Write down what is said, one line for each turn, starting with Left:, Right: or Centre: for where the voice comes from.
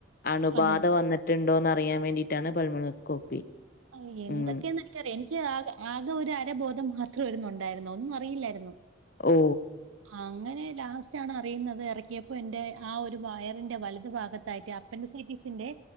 Left: അണുബാധ
Right: അതെ
Left: വന്നിട്ട്ണ്ടോന്നറിയാൻ വേണ്ടിട്ടാണ് പൾമണോസ്കോപ്പി.
Right: അയ് എന്തൊക്കെന്ന്
Left: ഉം.
Right: എനിക്കറിയാ എനിക്ക് ആകെ അത് ഒരരബോധം മാത്ര ഒര്ന്നു ണ്ടായിരുന്നു ഒന്നു അറിയില്ലാര്ന്നു.
Left: ഓ
Right: അങ്ങനെ ലാസ്റ്റാണ് അറിയ്ന്നത് എറക്കിയപ്പോ എന്റെ ആ ഒരു വയറിന്റെ വല്ത് ഭാഗത്തായിട്ട് അപ്പന്റിസ് റ്റീറ്റിസിന്റെ